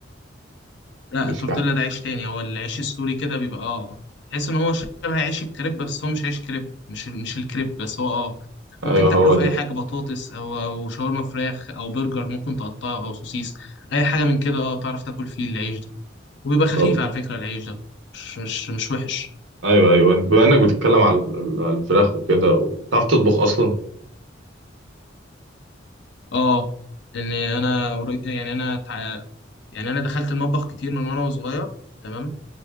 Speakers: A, on the left (about 65°); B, on the right (about 70°).
A: لا
B: مش
A: التورتيلا
B: فاكر
A: ده عيش تاني هو العيش السوري كده بيبقى اه تحس ان هو شبه عيش الكريب بس هو مش عيش كريب مش ال- مش الكريب بس هو اه
B: ايوه
A: ممكن تاكله
B: هو
A: في
B: ده
A: اي حاجه بطاطس او او شاورما فراخ او برجر ممكن تقطعه او سوسيس اي حاجه من كده اه تعرف تاكل فيه العيش ده وبيبقى خفيف
B: طب
A: على فكره العيش ده مش مش مش وحش
B: ايوه ايوه بما انك بتتكلم على على الفراخ وكده وبتعرف تطبخ اصلا
A: اه لان انا قري- يعني انا تع- يعني انا دخلت المطبخ كتير من وانا صغير تمام